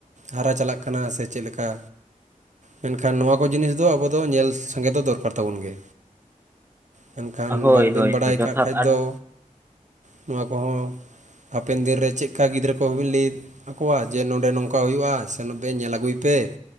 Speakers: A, on the right; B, on the right.
A: ᱦᱟᱨᱟ ᱪᱟᱞᱟᱜ ᱠᱟᱱᱟ ᱥᱮ ᱪᱮᱫ ᱞᱮᱠᱟ ᱢᱮᱱᱠᱷᱟᱱ ᱱᱚᱣᱟ ᱠᱚ ᱡᱤᱱᱤᱥ ᱫᱚ ᱟᱵᱚ ᱫᱚ ᱧᱮᱞ ᱥᱟᱸᱜᱮ ᱫᱚ ᱫᱚᱨᱠᱟᱨ ᱛᱟᱵᱚᱱ ᱜᱮ᱾ ᱢᱮᱱᱠᱷᱟᱱ
B: ᱦᱳᱭ
A: ᱵᱟᱝ ᱵᱤᱱ
B: ᱦᱳᱭ
A: ᱵᱟᱲᱟᱭ
B: ᱦᱳᱭ ᱡᱚᱛᱷᱟᱛ
A: ᱠᱟᱜ ᱠᱷᱟᱡ
B: ᱟᱨ
A: ᱫᱚ, ᱱᱚᱣᱟ ᱠᱚᱦᱚᱸᱼᱼ ᱦᱟᱯᱮᱱ ᱫᱤᱱ ᱨᱮ ᱪᱮᱫ ᱠᱟ ᱜᱤᱫᱽᱨᱟᱹ ᱠᱚᱦᱚᱸ ᱵᱮᱱ ᱞᱟᱹᱭ ᱟᱠᱚᱣᱟ ᱡᱮ ᱱᱚᱰᱮ ᱱᱚᱝᱠᱟ ᱦᱩᱭᱩᱜᱼᱟ ᱥᱮᱱᱚᱜ ᱯᱮ ᱧᱮᱞ ᱟᱹᱜᱩᱭ ᱯᱮ,